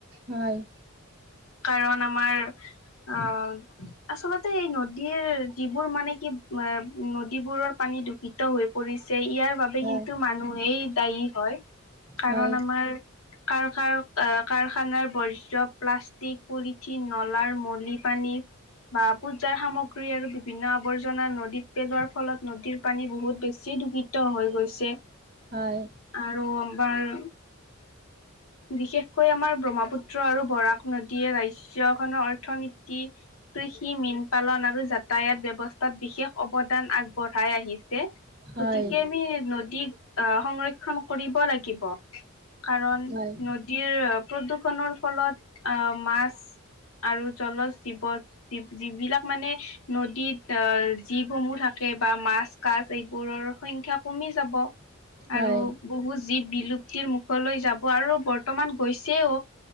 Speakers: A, on the right; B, on the left.
A: হয়
B: কাৰণ আমাৰ, অ আচলতে এই নদীৰ যিবোৰ মানে কি নদীবোৰৰ, পানী দূষিত হৈ পৰিছে ইয়াৰ বাবে
A: হয়।
B: কিন্তু মানুহেই দায়ী হয়। কাৰণ
A: হয়,
B: আমাৰ কাৰ কাৰ অ, কাৰখানাৰ বৰ্জ প্লাষ্টিক পলিথিন নলাৰ মলি পানী। বা পূজাৰ সামগ্ৰী আৰু বিভিন্ন আৱৰ্জনা নদীত পেলোৱাৰ ফলত নদীৰ পানী বহুত বেছি দূষিত হৈ গৈছে,
A: হয়,
B: আৰু আমাৰ বিশেষকৈ আমাৰ ব্ৰহ্মপুত্ৰ আৰু বৰাক নদীয়ে ৰাজ্যখনৰ অৰ্থনীতি কৃষি মীন পালন আৰু যাতায়াত ব্যৱস্থাত বিশেষ অৱদান আগবঢ়াই আহিছে।
A: হয়,
B: গতিকে আমি নদীক আহ, সংৰক্ষন কৰিব লাগিব। কাৰণ
A: হয়,
B: নদীৰ প্ৰদূষণৰ ফলত, আহ, মাছ আৰু জল জীৱ যি-যিবিলাক মানে নদীত জীৱসমূহ থাকে বা মাছ কাছ এইবোৰৰ সংখ্যা কমি যাব।
A: হয়,
B: আৰু বহুত জীৱ বিলুপ্তিৰ মুখলৈ যাব আৰু বৰ্তমান গৈছেও,